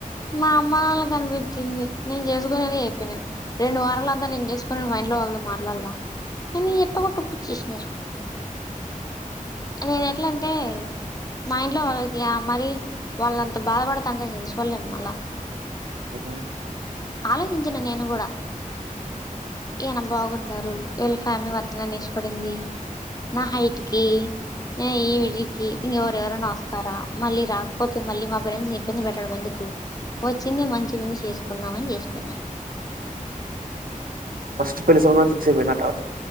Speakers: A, on the left; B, on the right.
A: మా అమ్మ వాళ్ళకి అనిపించింది నేను చేసుకోనిని చెప్పినా రెండు వారాలంతా నేను చేసుకుని మైండ్ లో వాళ్ళదు మార్లాలా కానీ ఎట్టకొ ఉప్పుచ్చేసినారు నేను ఎట్లా అంటే అంటే మా ఇంట్లో వాళ్ళకి మరి వాళ్ళంత బాధపడుతంటే నేను పలేను మళ్ళ
B: కోహ
A: ఆలోచించిన నేను కూడా ఈయన బాగున్నారుారు వీళ్ళ ఫ్యామిలీ మధ్యనే న ఇష్టపడింది నా హైట్కి ఈడికి ఇ ఎవరైనా వస్తారా మళ్ళీ రాకపోతే మళ్ళీ మా ఫ్రెండ్స్ ని ఇబ్బంది పెట్టడం ఎందుకు వచ్చిందే మంచిగాని చేసుకుందామని చేసుకున్నా
B: ఫస్ట్ పెళ్లి స ఫిక్స్ అయిపోయినాట